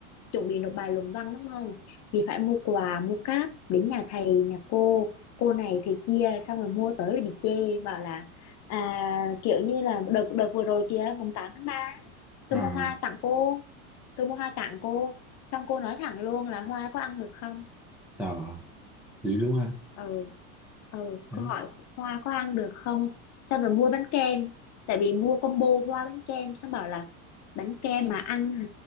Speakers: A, on the left; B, in the centre.
A: chuẩn bị nộp bài luận văn đúng không thì phải mua quà mua cáp đến nhà thầy nhà cô cô này thầy kia xong rồi mua tới rồi bị chê bảo là à, kiểu như là đợt đợt vừa rồi kìa mùng 8 tháng 3 ấy, tôi
B: À,
A: mua hoa tặng cô tôi mua hoa tặng cô xong cô nói thẳng luôn là hoa có ăn được không
B: tao à? vậy luôn hả?
A: ừ ừ
B: Đấy,
A: câu hỏi hoa có ăn được không xong rồi mua bánh kem tại vì mua combo hoa bánh kem xong bảo là bánh kem mà ăn hả